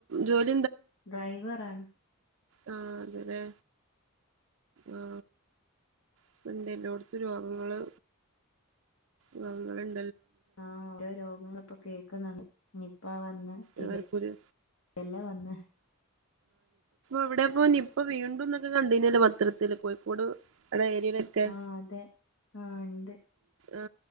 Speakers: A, on the right; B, on the left.
A: ജോലി
B: ഡ്രൈവറാ <inaudible>
A: ആ അത് ലേ ആ ഇപ്പണ്ട് എല്ലോട്തും രോഗങ്ങള് രോഗങ്ങളുൻ
B: ആഹ് ഓരോ രോഗങ്ങള് ഇപ്പൊ കേൾക്കുന്ന്ണ്ട് നിപ്പ നിപ്പ വന്ന് ഷിഗല്ല
A: ഏതാനും പുതിയ
B: വന്ന്
A: എവിടെ പോ നിപ്പ വീണ്ടും ക്കെ കണ്ടീന്യല്ലോ പത്രത്തിൽ കോഴി കോട് ഇവിടെ ഏരിയിലൊക്കെ
B: ആഹ് അതെ ആഹ് ഇണ്ട്
A: ആ